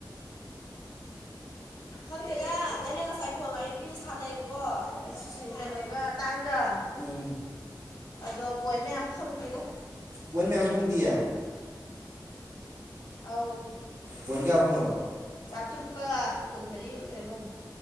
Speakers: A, on the left; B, on the right.
A: ꯈꯪꯗꯦꯅ ꯑꯩꯅ ꯉꯁꯥꯏ ꯐꯣꯟ ꯋꯥꯔꯤ ꯀꯨꯏꯅ ꯁꯥꯟꯅꯩꯌꯦꯕꯀꯣ ꯑꯗꯨꯗꯤ ꯁꯨꯆꯜ ꯀꯩꯅꯣꯒ ꯇꯥꯡ ꯒ
B: ꯎꯝ
A: ꯑꯗꯣ ꯄꯣꯏꯟ ꯃꯌꯥꯝ ꯐꯪꯗ꯭ꯔꯤꯉꯣ
B: ꯄꯣꯏꯟ ꯃꯌꯥꯝ ꯐꯪꯗꯤꯌꯦ
A: ꯑꯧ
B: ꯄꯣꯏꯟ ꯀꯌꯥ ꯐꯪꯉꯕ
A: ꯆꯥꯇ꯭ꯔꯨꯛꯀ ꯀꯨꯟꯃꯔꯤ ꯑꯃ ꯀꯔꯤꯝ ꯐꯪꯉꯤ